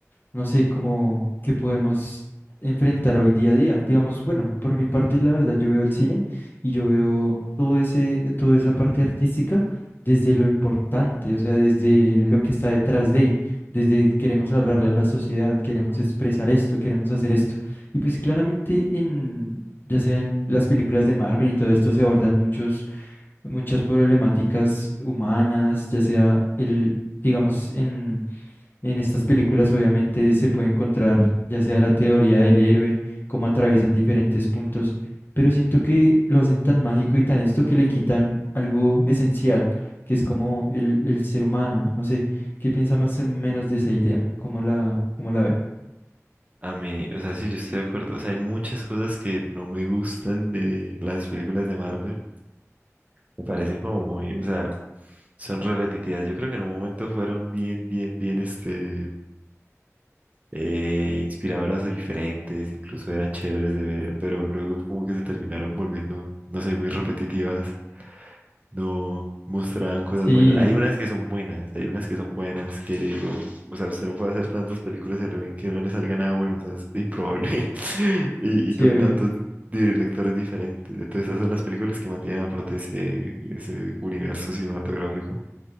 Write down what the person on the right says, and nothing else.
a mí, o sea, sí, yo estoy de acuerdo, o sea, hay muchas cosas que no me gustan de las películas de Marvel. Me parecen como muy, o sea, son repetitivas. Yo creo que en un momento fueron bien, bien, bien, este, eh, inspiradoras o diferentes, incluso eran chéveres de ver, pero luego como que se terminaron volviendo, no sé, muy repetitivas no mostraban cosas
buenas. Hay unas que son buenas, hay unas que son buenas que yo digo, o sea, usted no puede hacer tantas películas y al ven que no le salga nada bueno, o sea, es improbable. <laughs> Y,
y con
tantos directores diferentes. Entonces, esas son las películas que mantienen a flote ese, ese universo cinematográfico.